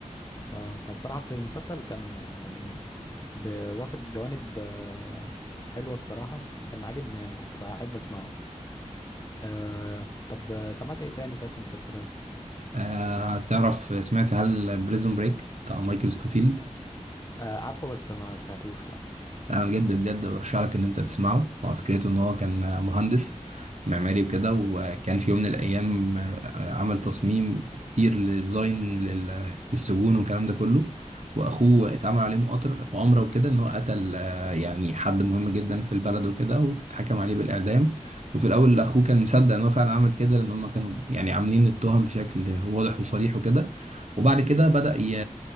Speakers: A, on the left; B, on the right.
A: اه هو الصراحة في المسلسل كان آه، يعني ب- واخد جوانب آه، حلوة الصراحة كان عاجبني يعني كنت بحب اسمعه أه طب سمعت ايه تاني طيب في المسلسلات
B: آه تعرف سمعت هل بريزون بريك بتاع مايكل سكوفيلد
A: أه عارفه بس ما سمعتوش لا
B: انا بجد بجد برشح لك ان انت تسمعه هو فكرته ان هو كان مهندس معماري وكده وكان في يوم من الايام عمل تصميم كتير لديزاين لل- للسجون والكلام ده كله واخوه اتعمل عليه مؤطر- مؤامره وكده ان هو قتل آه، يعني حد مهم جدا في البلد وكده واتحكم عليه بالاعدام وفي الاول اخوه كان مصدق ان هو فعلا عمل كده لان هم كانوا يعني عاملين التهم بشكل واضح وصريح وكده وبعد كده بدأ ي...